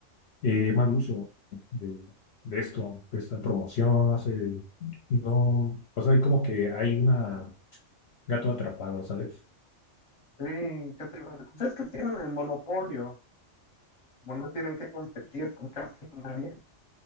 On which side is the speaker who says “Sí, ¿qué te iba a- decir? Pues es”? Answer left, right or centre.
Left